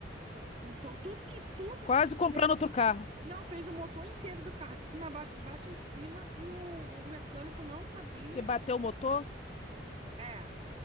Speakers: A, on the right; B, on the left.
A: com, com to- tudo que tudo.
B: Quase comprando
A: fez-
B: outro carro.
A: não, fez o motor inteiro do carro, de cima a baixo, de baixo a cima, e o, o mecânico não sabia.
B: Porque bateu o motor?
A: É.